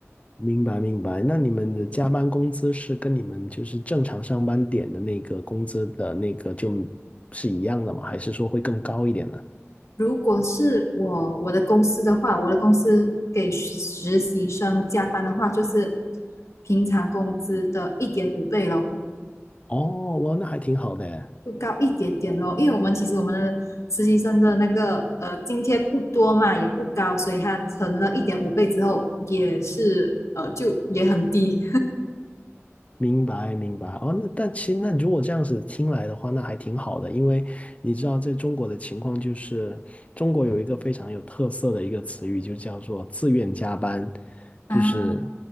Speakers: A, on the left; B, on the left.
A: 明白明白。那你们的加班工资是跟你们就是正常上班点的那个工资的那个就是一样的吗？还是说会更高一点呢？
B: 如果是我我的公司的话，我的公司给实习生加班的话，就是平常工资的一点五倍咯，
A: 哦，哇，那还挺好的诶。
B: 就高一点点咯。因为我们其实我们的实习生的那个呃津贴不多嘛，也不高，所以它乘了一点五倍之后，也是呃就也很低
A: 明白，明白。哦，那但其实那如果这样子听来的话，那还挺好的，因为你知道，在中国的情况就是，中国有一个非常有特色的一个词语，就叫做自愿加班，
B: 啊。
A: 就是